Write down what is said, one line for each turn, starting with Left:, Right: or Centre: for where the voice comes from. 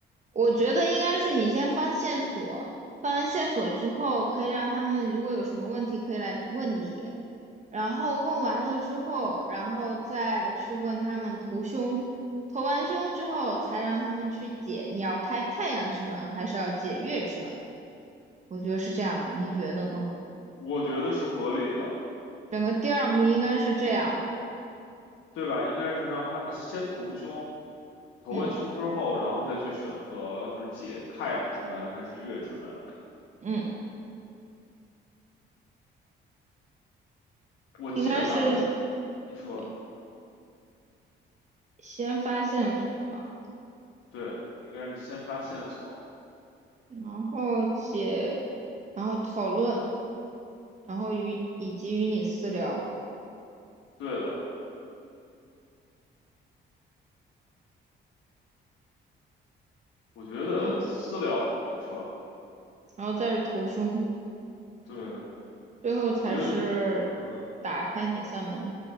Right: 我觉得应该是你先放线索，放完线索之后，可以让他们如果有什么问题可以来问你，然后问完了之后，然后再去问他们投凶，投完凶之后才让他们去解你要开太阳之门还是要解月之门，我觉得是这样的，你觉得呢？
Left: 我觉得是合理的，
Right: 整个第二幕应该是这样的，
Left: 对吧？应该是让他们先投凶，投完凶之后，
Right: 嗯
Left: 然后再去选择是解太阳之门还是月之门。
Right: 嗯，
Left: 我记得咱们，
Right: 应该是
Left: 你说
Right: 对，先发线索嘛。
Left: 对，应该是先发线索。
Right: 然后且，然后讨论，然后与以及与你私聊，
Left: 对的，我觉得私聊，
Right: 然后
Left: 你说
Right: 然后再是投凶，
Left: 对，
Right: 最后才是打开哪扇门。
Left: 我觉得，嗯哼，